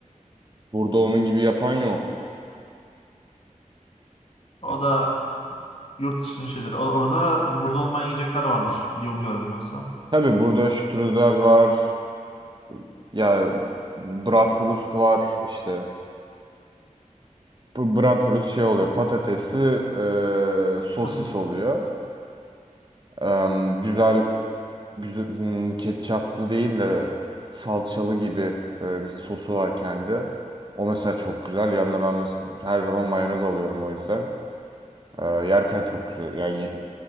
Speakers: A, on the right; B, on the left.
A: burada onun gibi yapan yok.
B: O da yurt dışının şeyleri. O- Orada da burada olmayan yiyecekler vardır diye umuyorum yoksa.
A: Tabii burada strudel var. ee, ya bratwurst var işte. Bu Bratwurst şey oluyor patatesli ee, sosis
B: Sosis.
A: oluyor. Em, güzel, güzel hmm, ketçaplı değil de salçalı gibi böyle bir sosu var kendi. O mesela çok güzel. Yanına ben mes- her zaman mayonez alıyorum o yüzden. Ee, yerken çok güzel. Yani ye-